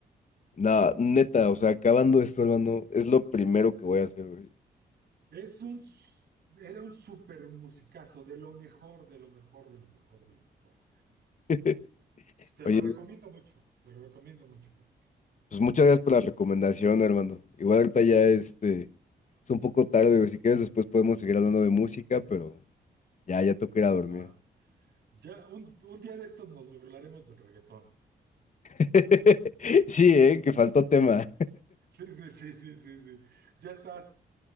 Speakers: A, on the left (about 45°); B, on the right (about 70°).
A: Nah, neta, o sea, acabando esto, hermano, es lo primero que voy a hacer, güey.
B: Es un, s- era un super musicazo, de lo mejor, de lo mejor, de lo mejor, de lo mejor.
A: <laughs>
B: Te
A: Oye,
B: lo recomiendo mucho, te lo recomiendo mucho, carnal.
A: pues muchas gracias por la recomendación, hermano. Igual ahorita ya este, es un poco tarde, güey. Si quieres, después podemos seguir hablando de música, pero ya, ya toca ir a dormir.
B: Va. Ya un, un día de estos nos burlaremos del reggaetón.
A: <laughs> Sí, eh, que faltó tema.
B: Sí, sí, sí, sí, sí, sí. Ya estás,